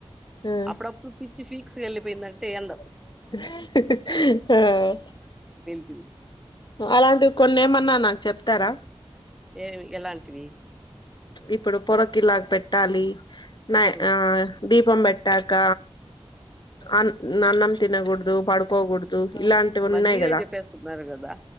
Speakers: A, on the left; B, in the centre.
A: హ్మ్.
B: అప్పుడప్పుడు పిచ్చి ఫీ సు వెళ్లిపోయిందంటే ఎందో
A: హ్
B: తింది
A: అలాంటివి కొన్ని ఏమన్నా నాక్ చెప్తారా
B: ఏవి ఎలాటివి
A: ఇప్పుడు పొరక్ ఇలాగ్ పెట్టాలి నయీ
B: ఉమ్
A: ఆ దీపం పెట్టాక అన్ నన్నం తినకూడదు పడుకోకూడదు ఇలాంటివి ఉన్నాయి
B: మరి మీరే
A: కదా
B: చెప్పేస్తున్నారు కదా